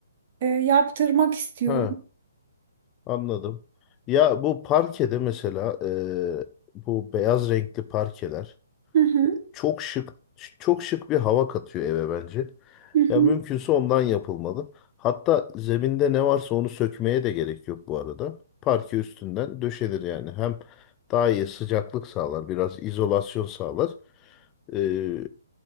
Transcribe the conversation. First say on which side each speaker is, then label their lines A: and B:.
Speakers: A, on the right; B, on the left.
A: e, yaptırmak istiyorum.
B: Ha, anladım. Ya bu parkede mesela e, bu beyaz renkli parkeler.
A: Hı hı,
B: çok şık çok şık bir hava katıyor eve bence.
A: hı hı,
B: Ya mümkünse ondan yapılmalı. Hatta zeminde ne varsa onu sökmeye de gerek yok bu arada. Parke üstünden döşenir yani. Hem daha iyi sıcaklık sağlar, biraz izolasyon sağlar. Ee,